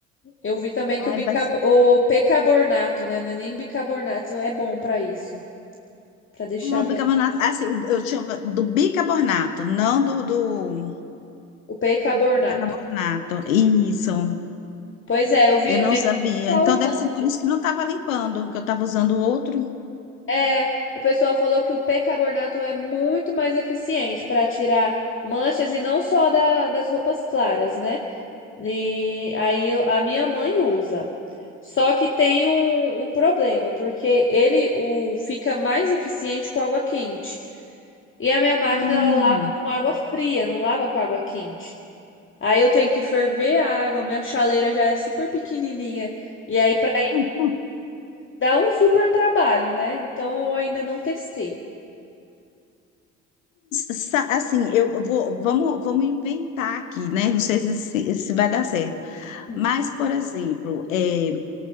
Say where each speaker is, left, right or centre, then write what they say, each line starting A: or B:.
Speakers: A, on the left (about 30°); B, on the left (about 75°).
A: Eu vi também
B: Ai,
A: que o, bicab
B: vai
A: o percarbonato, né? Não é nem bicarbonato, é bom para isso, para deixar
B: Não,
A: branco.
B: o bicarbonato, assim, o- eu tinha do bicarbonato, não do, do
A: O percarbonato.
B: percarbonato. Isso,
A: Pois é, eu vi.
B: eu não
A: Minha
B: sabia.
A: mãe tá
B: Então
A: usando.
B: deve ser por isso que não estava limpando, que eu estava usando outro.
A: É, o pessoal falou que o percarbonato é muito mais eficiente para tirar manchas e não só da- das roupas claras, né? E aí eu- a minha mãe usa. Só que tem um, um problema, porque ele o, fica mais eficiente com água quente. E a minha máquina
B: Hum.
A: ela lava com água fria, não lava com água quente. Aí eu tenho que ferver a água, minha chaleira já é super pequenininha. E aí, para
B: <laughs>
A: Dá um super trabalho, né? Então eu ainda não testei.
B: Sa- Assim, eu vou, vamos, vamos inventar aqui, né? Não sei se, se se vai dar certo.
A: Hum.
B: Mas, por exemplo, é,